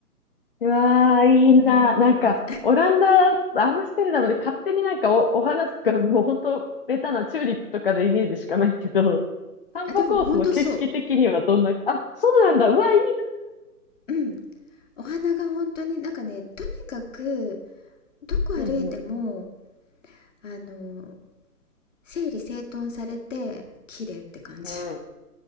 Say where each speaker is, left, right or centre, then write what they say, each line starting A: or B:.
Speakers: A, on the left; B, on the left.
A: うわー、いいな。
B: うーん
A: なんか、オランダ、アムステルダムで勝手になんかお、お花とか、もう本当、ベタなチューリップとかのイメージしかないけど、散歩コースの景色的にはどんな、
B: あでも本当そ
A: あ、そうなんだ。うわ、いい
B: ううんお花が本当になんかねとにかくどこ歩いても
A: な。うん
B: あの整理整頓されて綺麗って感じ
A: うん。うん。い